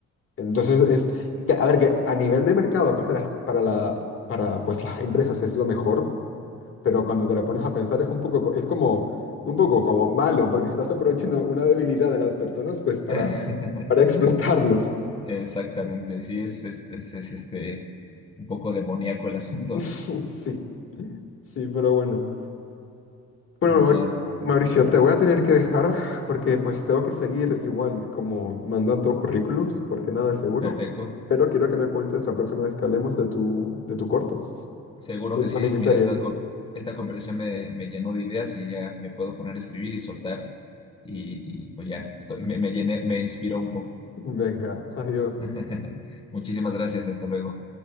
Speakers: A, on the left (about 45°); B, on the left (about 20°).
A: Entonces es, que- a ver, que a nivel de mercado para las, para la, para pues las empresas es lo mejor, pero cuando te lo pones a pensar es un poco, co- es como, un poco como malo, porque estás aprovechando una debilidad de las personas pues para,
B: <laughs>
A: para explotarlos.
B: Exactamente. Sí, es, es, es- es, este un poco demoníaco el asunto.
A: <laughs> Sí, sí, pero bueno. Bueno,
B: Muy
A: Mau-
B: bien,
A: Mauricio, te voy a tener que dejar porque pues tengo que seguir igual como mandando currículums, porque nada es seguro,
B: perfecto.
A: pero quiero que me cuentes la próxima vez que hablemos de tu, de tu corto,
B: Seguro
A: de
B: que sí.
A: la miniserie.
B: Mira, esta, co- esta conversación me, me llenó de ideas y ya me puedo poner a escribir y soltar. Y, y, pues ya, estoy, me, me llené, me inspiró un poco.
A: Venga, adiós.
B: <laughs> Muchísimas gracias. Hasta luego.